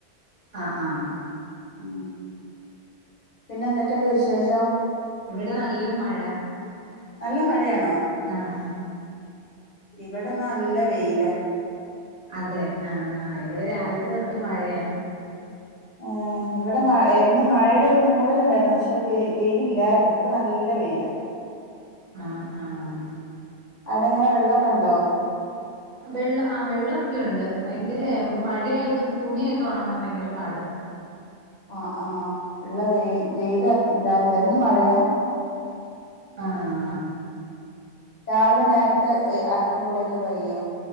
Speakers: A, on the right (about 45°); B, on the left (about 50°).
A: ആഹ് ആഹ്
B: ഉം പിന്നെ എന്തൊക്കെയുണ്ട് വിശേഷം
A: ഇവിടെ നല്ല മഴ
B: നല്ല മഴയാണോ
A: ആഹ്
B: ഇവിടെന്ന നല്ല വെയില
A: അതെ ആഹ ഇവിടെ രാവിലെ തൊട്ട് മഴയാ
B: ഏഹ് ഇവിടെ മ ഇന്ന് മഴയുടെ ഒരു മൂടിലുണ്ടായിരുന്നു പക്ഷെ വ വെയിലല്ലായിരുന്നു ഇപ്പൊ നല്ല വെയില
A: ആഹ് ആഹ്
B: അവിടെ എങ്ങനെ വെള്ളമൊക്കെ ഉണ്ടോ
A: വെള്ളം ആഹ് വെള്ളമൊക്കെ ഉണ്ട് ഭയങ്കര മഴയായതൊണ്ട് തുണിയൊക്കെ ഉണങ്ങാൻ ഭയങ്കര പാട്
B: ആഹ് ആഹ് ഉള്ള വെ വെയില് ഇണ്ടായിണ്ട ഇന്ന് മഴയാ
A: ആഹ്
B: രാവിലെ നേരത്തെ അലക്കും കുളിയൊക്കെ കഴിയോ